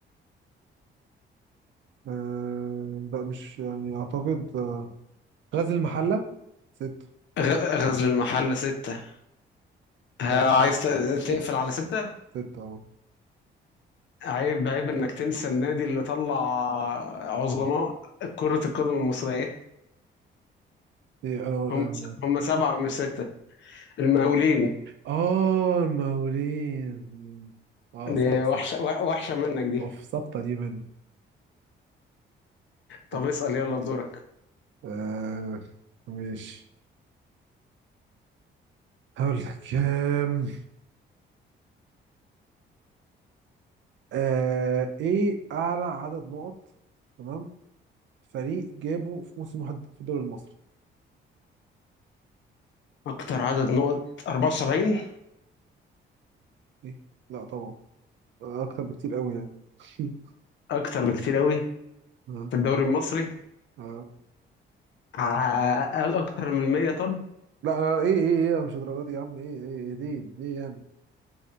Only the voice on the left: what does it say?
غ- غزل المحلة ستة ها
عايز ت-
تقفل على ستة
عيب عيب انك تنسى النادي اللي طلع عظماء كرة القدم المصرية
هم
هم سبعة من ستة المقاولين
دي
وحشة وح- وحشة منك دي
طب
اسأل يلا دورك
أكتر عدد نقط 74
أكتر بكتير قوي
في الدوري المصري
ع- أكتر من 100 طب